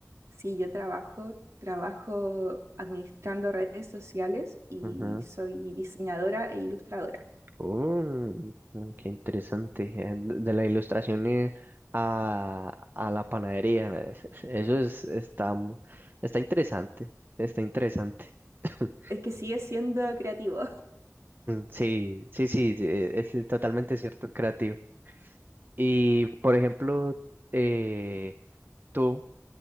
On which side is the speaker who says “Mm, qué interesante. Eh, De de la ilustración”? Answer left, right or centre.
Right